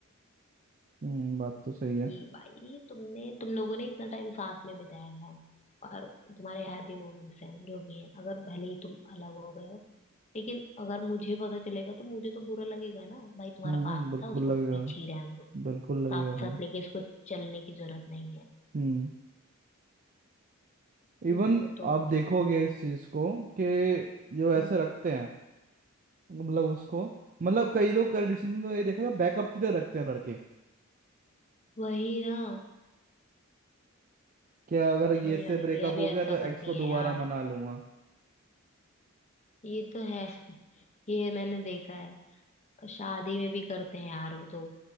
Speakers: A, on the right; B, on the left.
A: हम्म बात तो सही है
B: कि भाई तुमने तुम लोगों ने इतना टाइम साथ में बिताया है और तुम्हारे हैप्पी मोमेंट्स हैं जो भी हैं अगर भले ही तुम अलग हो गए हो लेकिन अगर मुझे पता चलेगा तो मुझे तो बुरा लगेगा ना भाई तुम्हारा
A: हम्म
B: पास
A: बिल्कुल
B: था उसको
A: लगेगा
B: पीछे ही रहने दो
A: बिल्कुल लगेगा
B: साथ साथ
A: भाई
B: लेके इसको चलने की जरूरत नहीं है
A: हम्म इवन
B: हम्म, तो
A: आप देखोगे इस चीज को कि जो ऐसे
B: हम्म,
A: रखते हैं मतलब उसको मतलब कई लोग कंडीशन में ये देखा बैकअप की तरह रखते हैं लड़के
B: वही ना
A: क्या अगर ये
B: इवन
A: से
B: लड़कियां
A: ब्रेकअप हो
B: भी
A: गया
B: ऐसा
A: तो
B: करती
A: एक्स को दोबारा
B: हैं यार
A: मना लूंगा
B: ये तो है <laughs> ये मैंने देखा है और शादी में भी करते हैं यार वो तो